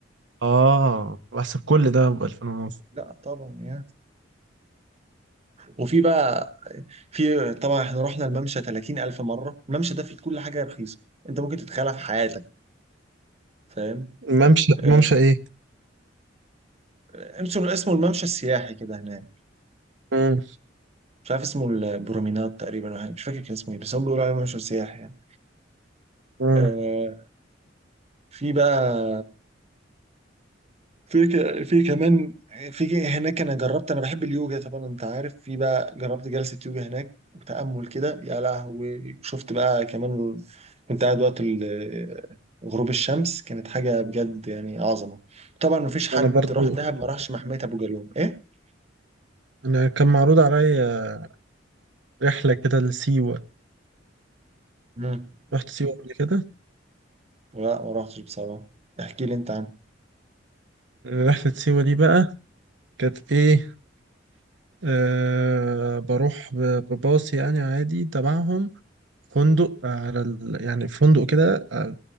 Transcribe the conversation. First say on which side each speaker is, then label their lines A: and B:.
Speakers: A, on the right; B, on the right.
A: اه بحسب كل ده ب 2000 ونص
B: لا طبعا يعني وفي بقى في طبعا احنا رحنا الممشى 30000 مره الممشى ده فيه كل حاجه رخيصه انت ممكن تتخيلها في حياتك فاهم
A: ممشى
B: آه،
A: ممشى ايه
B: اسمه اسمه الممشى السياحي كده هناك
A: مم.
B: مش عارف اسمه البرومينات تقريبا ولا حاجة، مش فاكر كان اسمه ايه بس هم بيقولوا عليه ممشى سياحي يعني
A: مم.
B: آه، في بقى في ك- في كمان في هناك انا جربت انا بحب اليوجا طبعا انت عارف في بقى جربت جلسة يوجا هناك وتأمل كده يا لهوي شفت بقى كمان كنت قاعد وقت ال- غروب الشمس كانت حاجة بجد يعني عظمة طبعا مفيش حد
A: انا برضو
B: راح دهب ما راحش محمية ابو جالوم ايه
A: انا كان معروض عليا رحله كده لسيوه
B: مم.
A: رحت سيوه قبل كده
B: لا ما رحتش بصراحة احكي لي انت عنه
A: رحله سيوه دي بقى كانت ايه آه بروح ب- بباص يعني عادي تبعهم فندق على ال... يعني فندق كده آه،